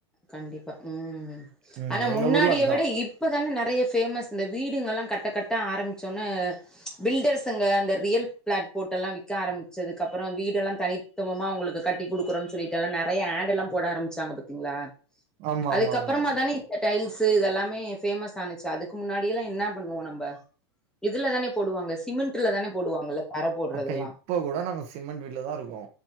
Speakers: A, in the centre; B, on the right.
A: கண்டிப்பா உம்
B: ம்
A: ஆனா
B: எங்க
A: முன்னாடிய
B: ஊர்ல அதா
A: விட இப் இப்போதான நெறைய ஃபேமஸ் இந்த வீடுங்கலா கட்ட கட்ட ஆரம்பிச்சோன்ன பில்டர்ஸ்ங்க அந்த ரியல் பிளாட் போட்டல்லா விக்க ஆரம்பிச்சதுக்கு அப்ற வீடெல்லா தனி சுத்தமா உங்களுக் கட்டி குடுக்குறோ சொல்லிட்டுல்லா நெறைய ஆட்ல்லா போட ஆரம்பிச்சாங்க பாத்தீங்களா
B: ஆமாமாமா
A: அதுக்கப்பறமா தானே டைல்ஸ் இதெல்லாமே ஃபேமஸ் ஆனச்சு அதுக்கு முன்னாடியெல்லா என்னா பண்ணுவோ நம்ம இதுல தானே போடுவாங்க சிமெண்ட்ல தான போடுவாங்கல்ல தரை போடுறதெல்லா
B: அக்கா இப்ப கூட நாங்க சிமெண்ட் வீட்லதா இருக்கோ